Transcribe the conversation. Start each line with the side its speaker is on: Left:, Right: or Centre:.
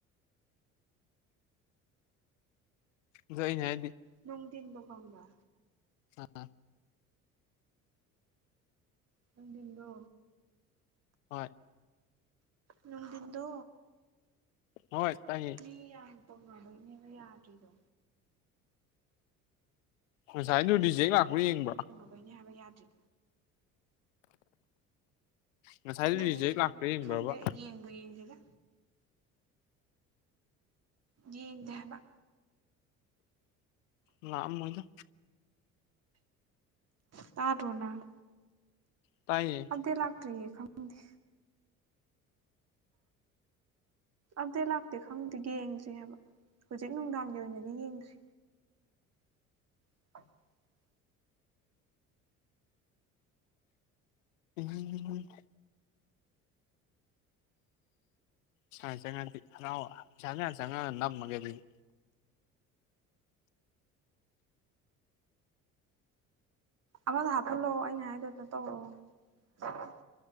Left: ꯑꯗꯨ ꯑꯩꯅ ꯍꯥꯏꯗꯤ
Right: ꯅꯨꯡꯗꯤꯟꯗꯣ ꯈꯪꯕ꯭ꯔꯥ
Left: ꯑ <unintelligible>
Right: ꯅꯨꯡꯗꯤꯟꯗꯣ
Left: ꯍꯣꯏ
Right: ꯅꯨꯡꯗꯤꯟꯗꯣ
Left: ꯍꯣꯏ ꯇꯥꯏꯌꯦ
Right: ꯃꯤ ꯌꯥꯝ <unintelligible> ꯌꯥꯗ꯭ꯔꯤꯗꯣ
Left: ꯉꯁꯥꯏꯗꯨ ꯔꯤꯖꯦꯛ ꯂꯥꯛꯄ꯭ꯔꯥ ꯌꯦꯡꯕꯥ
Right: ꯑꯣꯏꯅꯤ ꯍꯥꯏꯕ <unintelligible>
Left: ꯉꯁꯥꯏꯗꯨ
Right: ꯌꯦꯡ
Left: ꯔꯤꯖꯦꯛ ꯂꯥꯛꯄ꯭ꯔꯥ ꯌꯦꯡꯕ꯭ꯔꯕ
Right: ꯈꯪꯗꯦ ꯌꯦꯡꯕꯨ ꯌꯦꯡꯗꯦꯗꯥ ꯌꯦꯡꯗꯦ ꯍꯥꯏꯕ
Left: ꯉꯥꯑꯝꯃꯣꯏꯗ
Right: ꯇꯥꯗ꯭ꯔꯣ ꯅꯪ
Left: ꯇꯥꯏꯌꯦ
Right: <unintelligible> ꯂꯥꯛꯇ꯭ꯔꯤꯌꯦ ꯈꯪꯗꯦ ꯑꯞꯗꯦꯠ ꯂꯥꯛꯇꯦ ꯈꯪꯗꯦ ꯌꯦꯡꯗ꯭ꯔꯤ ꯍꯥꯏꯕ ꯍꯧꯖꯤꯛ ꯅꯨꯡꯗꯥꯡꯒꯤ ꯑꯣꯏꯅꯗꯤ ꯌꯦꯡꯗ꯭ꯔꯤ <inaudible>
Left: ꯎꯝ ꯄꯩꯁꯥꯖꯦ ꯆꯪꯉꯗꯤ ꯍꯔꯥꯎ ꯆꯪꯉꯥ ꯆꯪꯉꯥ ꯅꯝꯃꯒꯦ ꯑꯗꯨꯗꯤ
Right: ꯑꯃꯒ ꯍꯥꯞꯐꯜꯂꯣ ꯑꯩꯅ ꯍꯥꯏꯗꯣ <unintelligible> ꯇꯧꯔꯛꯑꯣ